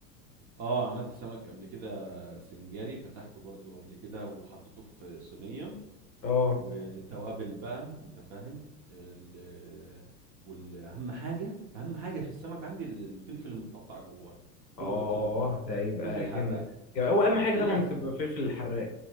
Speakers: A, on the right; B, on the left.
A: اه عملت سمك قبل كده سنجاري فتحته برضو قبل كده وحطيته في صينيه
B: اه
A: والتوابل بقى انت فاهم ال... والاهم حاجه اهم حاجه في السمك عندي الفلفل المتقطع جوه
B: اه
A: هو والطماطم
B: ده يبقى
A: فلفل حراق
B: جامد جامد. هو أهم حاجة
A: ده
B: طبعا
A: لازم
B: بتبقى الفلفل الحراق